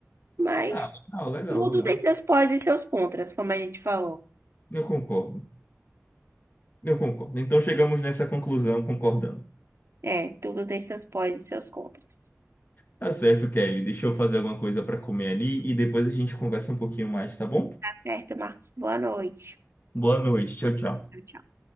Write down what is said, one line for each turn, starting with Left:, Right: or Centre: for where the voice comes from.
Right: Mas
Left: Ah, legal, legal,
Right: tudo
Left: legal.
Right: tem seus pós e seus contras, como a gente falou.
Left: Eu concordo, eu concordo. Então chegamos nessa conclusão concordando.
Right: É, tudo tem seus pós e seus contras.
Left: Tá certo, Kelly. Deixa eu fazer alguma coisa para comer ali e depois a gente conversa um pouquinho mais, tá bom?
Right: Tá certo, Marcos. Boa noite.
Left: Boa noite. Tchau, tchau.
Right: Tchau, tchau.